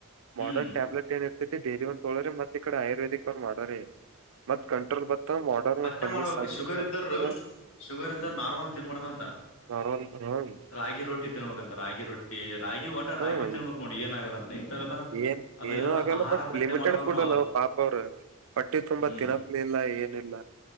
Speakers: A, on the left; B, on the right.
A: ಹ್ಮ್
B: ಮಾಡೋರ್ನ್ ಟ್ಯಾಬ್ಲೆಟ್ ಏ ಇರ್ೈ ಡೈಲಿ ಒಂದ ತಳ್ರ ಮತ್ತ ಈಡೆ ಆಯುರ್ೇದಕ್ ಮಾಡರಿ ಮತ್ ಕಂಟ್ರೋಲ್ ಬತ್ತ ಮಾಡ
A: ಪತ್ತೆ
B: ಕಮ್ಮಿ
A: ಮಾಡ್ಬೇಕು ಶುಗರ್
B: ಸಣ್ಣ
A: ಶುಗರ್ ಎಂತ ನಾರ್ಮಲ್ ತಿನ್ಬಾರಡ್ದಂತ
B: ಮರನ್ ಹ್ಮ್
A: ರಾಗಿ ರೋಟಿ ತಿನ್ಬಂತ ರಾಗಿ ರೊಟ್ಟಿ ರಾಗಿ ಒಟ ರಾಗಿ
B: ಹ್ಮ್
A: ತಿನ್ಬೇಕಕ್ ನೋಡಿ ಏನಾಗಲ್ಲ ಇಂಥವೆಲ್ಲಾ
B: ಏನ್
A: ಅದು
B: ಏನು ಆಗಲ್ಲ
A: ಆಹಾರ
B: ಬಟ್
A: ಪತ್ತೆ
B: ಲಿಮಿಟೆಡ್
A: ಮಾಡ್ಬೇಕಕ್
B: ಫುಡ್
A: ನಾವ್
B: ಅಲ್ಲ ಪಾಪ ಅವರು ಬಟ್ಟಿ ತುಂಬಾ
A: ಹ್ಮ್
B: ತಿನ್ನಪ್ಲಿಲ್ಲ ಏನ್ ಇಲ್ಲ